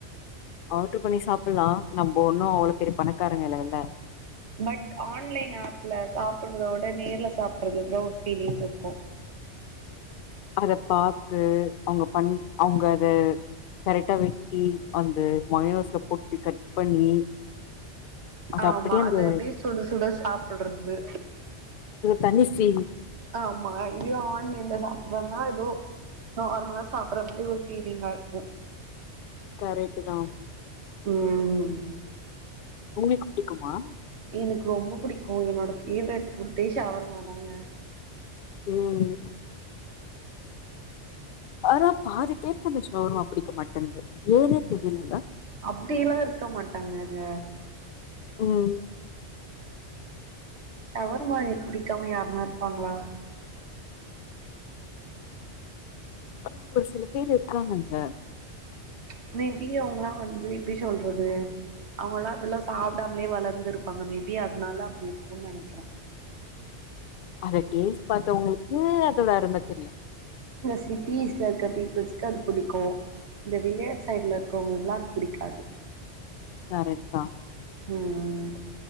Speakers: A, on the left; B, on the right.
A: ஆடர் பண்ணி சாப்புலா நம்போ ஒண்ணு அவ்ளோ பெரிய பணக்காரங்க இல்லல
B: பட் ஆன்லைன் ஆப்ல சாப்புறதோட விட நேர்ல சாப்பிட்றதுல ஒரு ஃபீலிங்ஸ் இருக்கு
A: அத பாத்து அவுங்க பண் அவுங்க அத கரெக்டா வெக் தி அந்த மயோனஸ்ல போட்டு கட் பண்ணி அது
B: ஆமா
A: அப்டியே அந்த
B: அது அப்படியே சுட சுட சாப்பிடறது
A: தன்னிசேவி
B: ஆமா இதயு ஆன்லைன்ல சாப்டுறதுனா ஏதோ நார்மலா சாப்புடற மாரி ஒரு ஃபீலிங்கா இருக்கு
A: கரைட்டுதா
B: ம்
A: உங்குளுக்கு புடிக்குமா
B: எனக்கு ரொம்போ புடிக்கு என்னோட ஃபேவரெட் ஃபுட்டே ஷவர்மா தாங்க
A: ம் ஆனா பாதிபேர்க்கு அந்த ஷவர்மா புடிக்க மாட்டேங்குது ஏனே தெரியலங்க
B: அப்டில்லா இருக்க மாட்டாங்கங்க
A: ம்
B: ஷவர்மா எ புடிக்காம யாருனா இருப்பாங்களா
A: ஆ ஒரு சில பேர் இருக்காங்கங்க
B: ப்ச் மேபி அவுங்கெல்லா வந்து எப்புடி சொல்றது அவுங்கெல்லா அது சாப்பிடாமலே வளந்து இருப்பாங்க மேபி அதனால அப்டி இருக்குனு நெனைக்கிற
A: அத டேஸ்ட் பாத்தவங்களுக்கூ அதோட அரும தெரியு
B: சிட்டீஸ்ல இருக்க பீப்புள்ஸ்கு அது புடிக்கு இந்த வில்லேஜ் சைடுல இருக்கவங்களுக்கெல்லா அது புடிக்காது
A: கரெக்ட்தா
B: ம் ம்